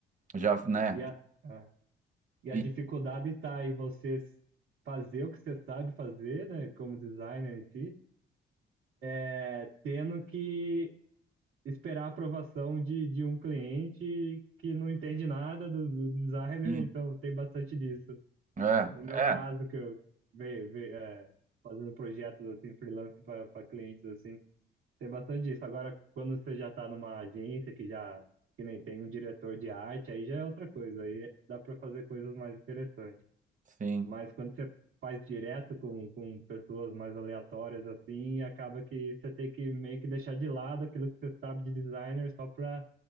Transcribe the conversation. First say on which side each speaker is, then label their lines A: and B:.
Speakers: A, on the right (about 40°); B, on the right (about 80°).
A: já, né?
B: E a, é. E a
A: E-
B: dificuldade está em você fazer o que você sabe fazer, né, como designer em si, é, tendo que esperar a aprovação de, de um cliente que não entende nada do, do designer,
A: e-
B: então tem bastante disso.
A: é,
B: No, no meu caso,
A: é,
B: que eu ve, ve- é, fazendo projetos assim, freelance para clientes assim, tem bastante disso. Agora, quando você já está numa agência que já que nem tem um diretor de arte, aí já é outra coisa, aí dá para fazer coisas mais interessantes.
A: sim.
B: Mas quando você faz direto com, com pessoas mais aleatórias assim, acaba que você tem que meio que deixar de lado aquilo que você sabe de designer só para